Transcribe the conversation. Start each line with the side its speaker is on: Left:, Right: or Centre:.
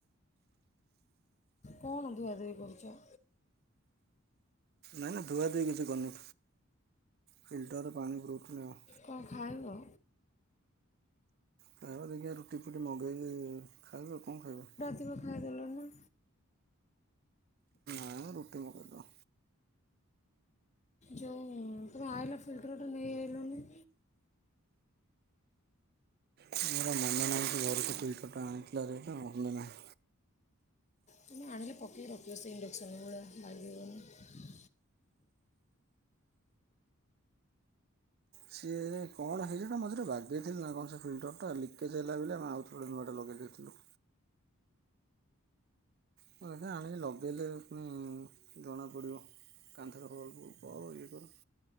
Left: କଣ ଧୁଆଧୁଇ କରୁଚ?
Right: ନାଇଁ ଏନା ଧୁଆଧୁଇ କିଛି କରୁନି ଫିଲ୍ଟରରେ ପାଣି ପୁଡ଼ଉଥୁନି ଆଉ।
Left: କଁ ଖାଇବ?
Right: ଖାଇବା ଦେଖିଆ ରୁଟି ଫୁଟି ମଗେଇକି ଖାଇବା କଁ ଖାଇବ?
Left: ଥିବା ଖାଇଦେଲଣି ନା?
Right: ନାଁ ମ ରୁଟି ମଗେଇଦବା।
Left: ଯୋଉଁ ତୁମେ ଆଇଲ ଫିଲ୍ଟରଟା ନେଇ ଆଇଲନି।
Right: ମୋର ମନ ନାହିଁ ଟିଏ। ଏଇଠି ଫିଲ୍ଟରଟା ଆଣିିଥିଲେ ହେଇଥାଁ ମନେ ନାହିଁ।
Left: ତୁମେ ଆଣିଲେ ପକେଇ ରଖିବ ସେ ଇଣ୍ଡକ୍ସନ୍ ଭଳିଆ ବାଗେଇବନି।
Right: ସିଏ କଣ ହେଇଚି ନା ମଝିରେ ବାଗେଇଥିଲି ନା କଣ ସେ ଫିଲ୍ଟରଟା ଲିକେଜ ହେଲା ବେଲି ଆମେ ଆଉ ଗୋଟେ ନୂଆଟା ଲଗେଇ ଦେଇଥିଲୁ। ମୁଁ ଏଟା ଆଣିକି ଲଗେଇଲେ ଫୁଣି ଜଣାପଡ଼ିବ। କନ୍ଥରେ ହୋଲ ଉ ପ ଇଏ କର।